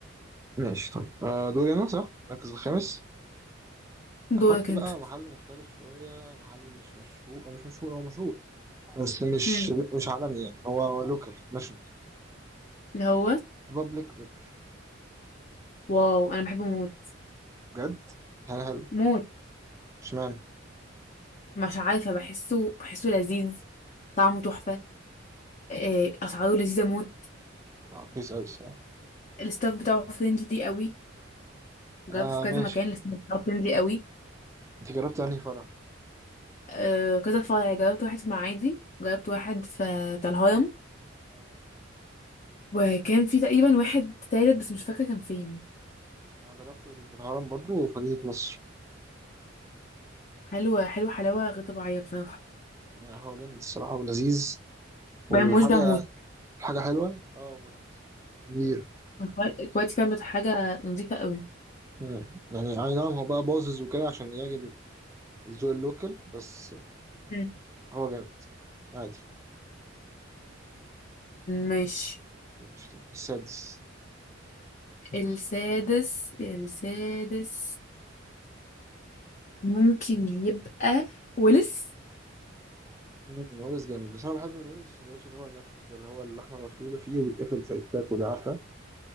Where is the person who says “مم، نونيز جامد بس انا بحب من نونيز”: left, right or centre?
Right